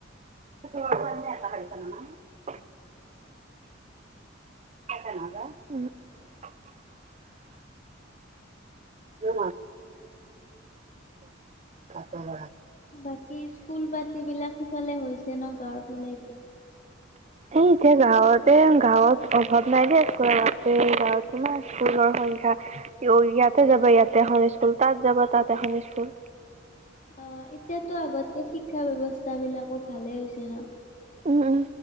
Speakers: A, on the right; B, on the left.
A: ত নাই <unintelligible> <unintelligible> তেও <unintelligible>
B: বাকী স্কুল বাতি বিলাক সিফালে হৈছে ন গাঁৱৰ ফালে এতিয়া।
A: এই এতিয়া গাঁৱতে গাঁৱত অভাৱ নাই দিয়া স্কুলৰ গাঁৱত কিমান স্কুল হল। সংখ্যা ইয়াতে যাবা ইয়াতে এখন স্কুল তাত যাবা তাত এখন স্কুল।
B: অ', এতিয়াতো আগতকে শিক্ষা ব্যৱস্থা বিলাকো ভালে হৈছে ন।
A: উম উম